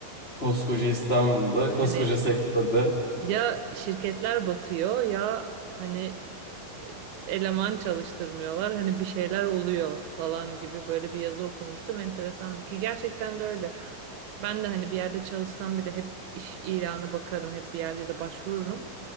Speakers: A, on the left; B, on the right.
A: Koskoca İstanbul'da, koskoca
B: <laughs> Hani
A: sektörde.
B: ya şirketler batıyor ya hani e, eleman çalıştırmıyorlar hani bir şeyler oluyor falan gibi böyle bir yazı okumuştum enteresandı ki gerçekten de öyle. Ben de hani bir yerde çalışsam bile hep iş ilanı bakarım hep bir yerlere başvururum.